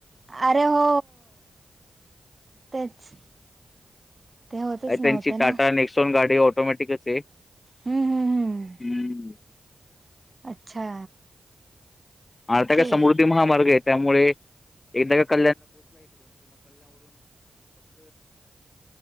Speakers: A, on the right; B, on the left.
A: अरे हो तेच ते होतच
B: <inaudible>
A: नव्हतं ना
B: ऑटोमॅटिकच
A: हम्म हम्म हम्म <inaudible>
B: हम्म.
A: अच्छा
B: आर्ता
A: ओके
B: काय समृद्धी महामार्ग आहेत <inaudible> ायरेक्ट